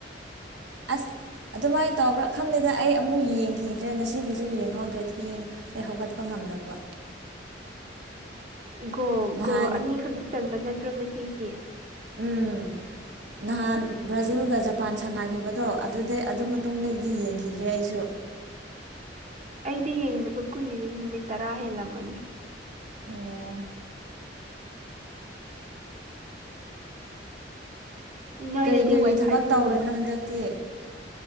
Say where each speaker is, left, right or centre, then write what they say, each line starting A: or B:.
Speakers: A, on the right; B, on the right.
A: ꯑꯁ ꯑꯗꯨꯃꯥꯏꯅ ꯇꯧꯕ꯭ꯔꯥ ꯈꯪꯗꯦꯅ ꯑꯩ ꯑꯃꯨꯛ ꯌꯦꯡꯈꯤꯗ꯭ꯔꯦ ꯉꯁꯤꯒꯤꯁꯨ ꯌꯦꯡꯍꯧꯗ꯭ꯔꯦ ꯊꯦꯡꯉ ꯑꯩ ꯍꯧꯒꯠꯄ ꯉꯝꯗꯕ
B: ꯒꯣ
A: ꯅꯍꯥꯟ
B: ꯒꯣ ꯑꯅꯤ ꯈꯛꯇ ꯆꯟꯕ ꯅꯠꯇ꯭ꯔꯣ ꯉꯁꯤꯗꯤ <inaudible>
A: ꯎꯝ ꯅꯍꯥꯟ ꯕ꯭ꯔꯥꯖꯤꯜꯒ ꯖꯄꯥꯟ ꯁꯥꯟꯅꯈꯤꯕꯗꯣ ꯑꯗꯨꯗꯩ ꯑꯗꯨ ꯃꯇꯨꯡꯗꯩꯗꯤ ꯌꯦꯡꯈꯤꯗ꯭ꯔꯦ ꯑꯩꯁꯨ
B: ꯑꯩꯗꯤ ꯌꯦꯡꯗꯕ ꯀꯨꯏꯔꯤ ꯅꯨꯃꯤꯠ ꯇꯔꯥ ꯍꯦꯜꯂꯝꯃꯅꯤ
A: ꯑꯣ
B: ꯅꯣꯏꯗꯗꯤ
A: ꯀꯔꯤ ꯀꯔꯤ
B: ꯋꯥꯏꯐꯥꯏ
A: ꯊꯕꯛ
B: ꯐꯪꯉ
A: ꯇꯧꯔꯅꯣ ꯍꯟꯗꯛꯇꯤ